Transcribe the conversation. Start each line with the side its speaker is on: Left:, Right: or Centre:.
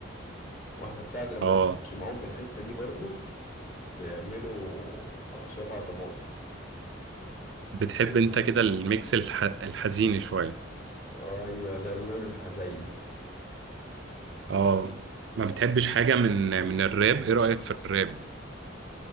Left: واحمد سعد لما
Right: اه
Left: بيخش معاهم في الحتة دي برضو بيعملوا آه، شوية عظمات كده
Right: بتحب
Left: أيوة،
Right: انت
Left: بحب
Right: كده الميكس الح... الحزين شوية
Left: ايوه ده اللون الحزيني
Right: اه ما بتحبش حاجة من من الراب ايه رأيك في الراب